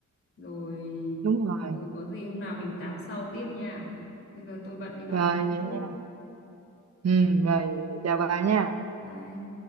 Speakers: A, on the left; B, on the right.
A: rồi
B: đúng rồi
A: ừ, có gì hôm nào mình tám sau tiếp nha bây giờ tôi bận đi đón
B: rồi
A: con
B: vậy
A: chút
B: nha ừ, rồi chào bà nha
A: Bye.